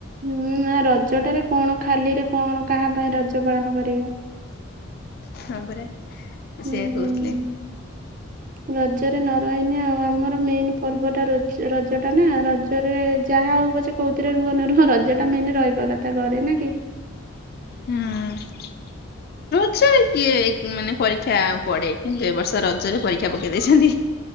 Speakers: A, on the right; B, on the left.
A: ହୁଁ ନା ରଜଟାରେ କଣ ଖାଲିରେ କଣ କାହା ପାଇଁ ରଜ ପାଳନ କରିବୁ।
B: ହଁ ପରା
A: ହୁଁ।
B: ସେଇଆ କହୁଥିଲି।
A: ରଜରେ ନ ରହିନି ଆଉ। ଆମର ମେନ୍ ପର୍ବଟା ରଜ ରଜଟା ନା ରଜ। ରଜରେ ଯାହା ହଉ ପଛେ କଉଥିରେ ରୁହ ନ ରୁହ ରଜଟା ମେନ୍ ରହିବା କଥା ଘରେ ନା କି। <inaudible>
B: ହୁଁ। ରଜରେ କିଏ ମାନେ ପରୀକ୍ଷା ପଡେ କିନ୍ତୁ ଏ ବର୍ଷ ରଜରେ ପରୀକ୍ଷା ପକେଇ ଦେଇଛନ୍ତି।